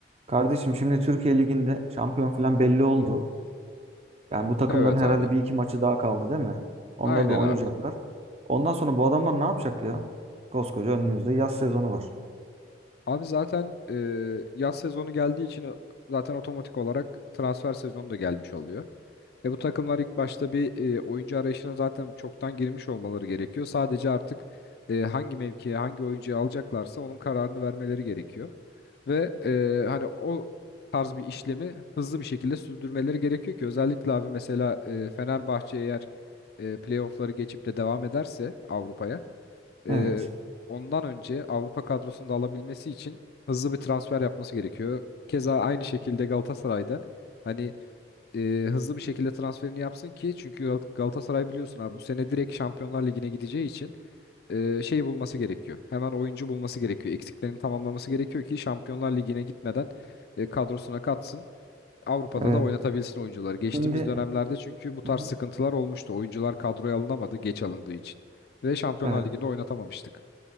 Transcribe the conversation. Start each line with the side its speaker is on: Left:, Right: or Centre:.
Right: Kardeşim şimdi Türkiye Ligi'nde şampiyon falan belli oldu. Yani bu takımların
Left: Evet
Right: herhalde
Left: abi.
Right: bir iki maçı daha kaldı değil mi? Onları
Left: Aynen
Right: da oynayacaklar.
Left: abi.
Right: Ondan sonra bu adamlar ne yapacak ya? Koskoca önümüzde yaz sezonu var.
Left: Abi zaten e, yaz sezonu geldiği için o- zaten otomatik olarak transfer sezonu da gelmiş oluyor. Ve bu takımlar ilk başta bir e, oyuncu arayışına zaten çoktan girmiş olmaları gerekiyor. Sadece artık e, hangi mevkiye, hangi oyuncuyu alacaklarsa onun kararını vermeleri gerekiyor. Ve e, hani o tarz bir işlemi hızlı bir şekilde sürdürmeleri gerekiyor ki özellikle abi mesela e, Fenerbahçe eğer e, playoff'ları geçip de devam ederse Avrupa'ya e,
Right: Evet.
Left: ondan önce Avrupa kadrosunu da alabilmesi için hızlı bir transfer yapması gerekiyor. Keza aynı şekilde Galatasaray'da hani e, hızlı bir şekilde transferini yapsın ki çünkü Gal- Galatasaray biliyorsun abi bu sene direkt Şampiyonlar Ligi'ne gideceği için e, şey bulması gerekiyor. Hemen oyuncu bulması gerekiyor. Eksiklerini tamamlaması gerekiyor ki Şampiyonlar Ligi'ne gitmeden e, kadrosuna katsın. Avrupa'da
Right: Evet.
Left: da oynatabilsin oyuncuları. Geçtiğimiz
Right: Şimdi
Left: dönemlerde çünkü bu tarz
Right: Hı hı.
Left: sıkıntılar olmuştu. Oyuncular kadroya alınamadı geç alındığı için ve Şampiyonlar
Right: evet.
Left: Ligi'nde oynatamamıştık.